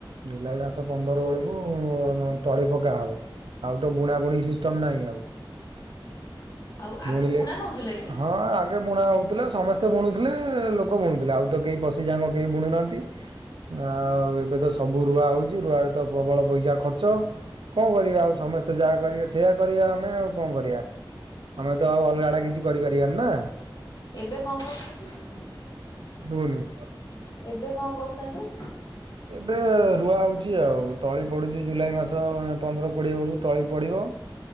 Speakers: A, on the right; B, on the left.
A: ଜୁଲାଇ ମାସ ପନ୍ଦର ବେଳକୁ ତଳି ପକା ହବ। ଆଉ ତ ବୁଣାବୁଣି ସିଷ୍ଟମ୍ ନାହିଁ ଆଉ।
B: ଆଉ ଆଗୁରୁ
A: ବୁଣିଲେ
B: ବୁଣା ହଉଥିଲା କି?
A: ହଁ ବୁଣା ହଉଥିଲା ସମସ୍ତେ ବୁଣୁଥିଲେ ଲୋକ ବୁଣୁଥିଲେ ଆଉ ତ କେହି ପଶିଯାଙ୍ଗ କେହି ବୁଣୁନାହାନ୍ତି। ଆଉ ଏବେ ତ ସବୁ ରୁଆ ହଉଛି ରୁଆରେ ତ ପ୍ରବଳ ପଇସା ଖର୍ଚ୍ଚ। କଣ କରିବା ଆଉ ସମସ୍ତେ ଯାହା କରିବେ ସେଇଆ କରିବା ଆମେ ଆଉ କଣ କରିଆ। ଆମେ ତ ଆଉ ଅଲଗାଡା କିଛି କରିପାରିବାନି ନା?
B: ଏବେ କଣ କରୁଚନ୍ତି
A: ଶୁଭୁନି।
B: ଏବେ କଣ କରୁଚନ୍ତି?
A: ଏବେ ରୁଆ ହେଉଛି ଆଉ ତଳି ପଡ଼ୁଛି ଜୁଲାଇ ମାସ ଏ ପନ୍ଦର କୋଡ଼ିଏ ବେଳକୁ ତଳି ପଡ଼ିବ।